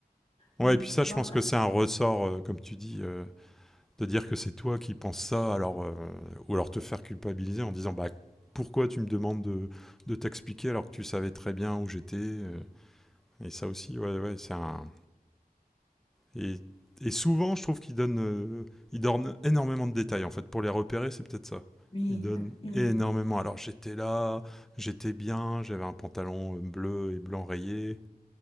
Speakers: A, on the left; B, in the centre.
A: mais,
B: ouais, et puis ça,
A: voilà.
B: je pense que c'est un ressort, euh, comme tu dis. euh, de dire que c'est toi qui penses ça, alors, euh, ou alors te faire culpabiliser en disant bah, pourquoi tu me demandes de, de t'expliquer alors que tu savais très bien où j'étais. euh. et ça aussi, ouais, ouais, c'est un. Et, et souvent, je trouve qu'ils donnent, euh, ils donnent énormément de détails en fait. Pour les repérer, c'est peut-être ça.
A: oui,
B: Ils donnent
A: oui.
B: énormément. Alors j'étais là, j'étais bien, j'avais un pantalon euh, bleu et blanc rayé,